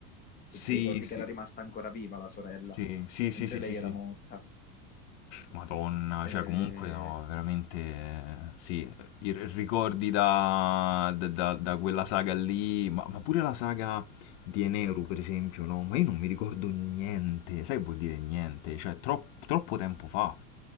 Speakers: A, on the left (about 20°); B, on the left (about 50°).
A: se
B: Sì,
A: ti ricordi
B: sì,
A: che era rimasta ancora viva la sorella,
B: sì, sì,
A: mentre
B: sì, sì,
A: lei
B: sì, sì.
A: era morta.
B: Madonna,
A: Eh,
B: cioè comunque no, veramente, eh, sì, i r- ricordi da, da- da- da quella saga lì, ma, ma pure la saga di Eneru, per esempio, no, ma io non mi ricordo niente, sai che vuol dire niente? Cioè, tro- troppo tempo fa.